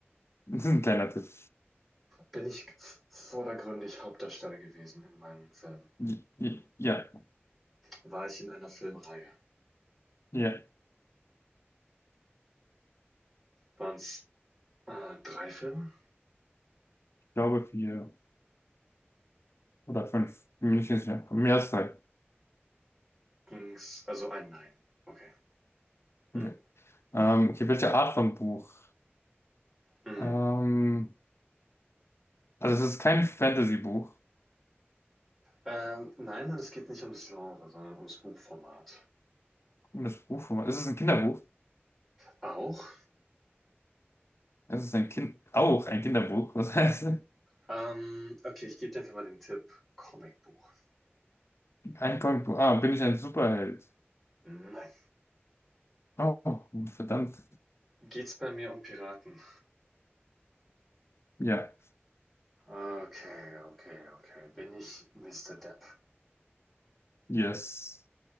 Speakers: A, on the left (about 75°); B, in the centre.
A: Das ist ein kleiner Tipp.
B: Bin ich vordergründig Hauptdarsteller gewesen in meinem Film?
A: J- j- Ja,
B: War ich in einer Filmreihe?
A: ja,
B: Waren's, äh, 3 Filme?
A: ich glaube vier oder fünf. Bin mir nicht ganz sicher. Mehr als drei.
B: Ging's also ein nein, okay. Mhm.
A: Okay. Ähm, okay, welche Art von Buch?
B: Mhm.
A: Ähm, Also es ist kein Fantasy-Buch.
B: Ähm, nein, es geht nicht ums Genre, sondern ums Buchformat.
A: Komisches Buch, wo man- es ist ein Kinderbuch.
B: Auch?
A: Es ist ein Kind, auch ein Kinderbuch. Was heißt
B: Ähm, okay, ich gebe dir einfach mal den Tipp Comicbuch.
A: ein Comicbuch? Ah, bin ich ein Superheld?
B: Nein.
A: Oh, verdammt.
B: Geht's bei mir um Piraten?
A: Ja,
B: Okay, okay, okay. Bin ich Mr. Depp?
A: yes,